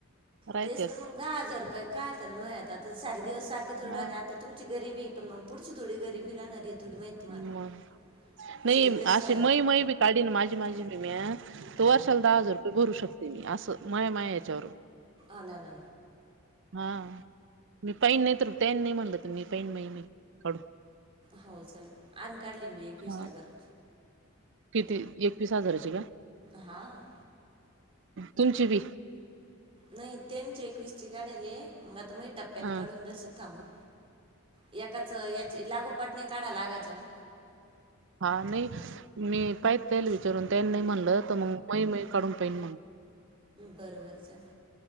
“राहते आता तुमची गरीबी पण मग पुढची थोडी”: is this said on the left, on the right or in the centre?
Right